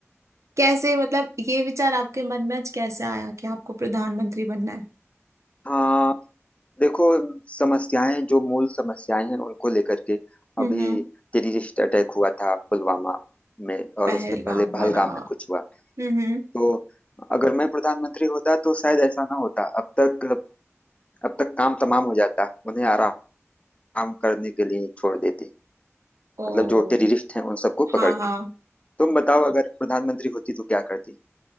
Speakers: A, on the right; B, on the left.
A: कैसे मतलब ये विचार आपके मन में आज कैसे आया कि आपको प्रधानमंत्री बनना है
B: हाँ देखो समस्याएं जो मूल समस्याएं हैं उनको लेकर के
A: हम्म
B: अभी
A: हम्म
B: टेररिस्ट अटैक हुआ था पुलवामा में और
A: पहलगाम
B: उससे पहले पहलगाम
A: वाला
B: में कुछ हुआ
A: हम्म हम्म
B: तो अगर मैं प्रधानमंत्री होता तो शायद ऐसा ना होता अब तक अब तक काम तमाम हो जाता उन्हें आराम करने के लिए छोड़ देते
A: ओ
B: मतलब जो टेररिस्ट हैं उन सबको
A: हाँ
B: पकड़
A: हाँ
B: के तुम बताओ अगर प्रधानमंत्री होती तो क्या करती